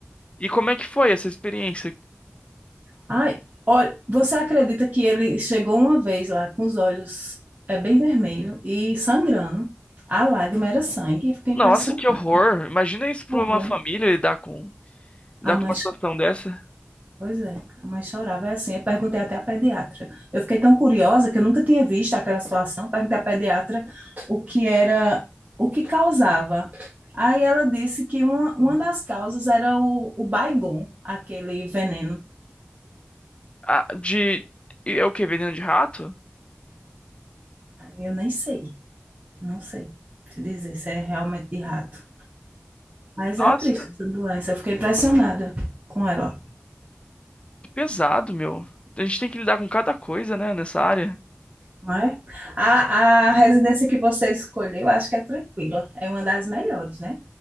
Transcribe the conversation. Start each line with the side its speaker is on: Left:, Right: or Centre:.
Left: E como é que foi essa experiência?
Right: Ai, olha, você acredita que ele chegou uma vez lá com os olhos é, bem vermelho e sangrando? A lágrima era sangue, eu fiquei impressionada.
Left: Nossa, que horror. Imagina isso pra
Right: Foi.
Left: uma família lidar com, lidar
Right: A mãe
Left: com uma situação dessa.
Right: Pois é, a mãe chorava. É assim, eu perguntei até à pediatra. Eu fiquei tão curiosa que eu nunca tinha visto aquela situação. Perguntei à pediatra o que era, o que causava. Aí ela disse que uma, uma das causas era o, o Baygon, aquele veneno.
Left: Ah, de. É o quê? Veneno de rato?
Right: Aí eu nem sei, não sei te dizer se é realmente de rato. Mas
Left: Nossa,
Right: é triste essa doença, eu fiquei impressionada com ela.
Left: que pesado, meu. A gente tem que lidar com cada coisa, né, nessa área.
Right: Não é? A, a residência que você escolheu, acho que é tranquila. É uma das melhores, né?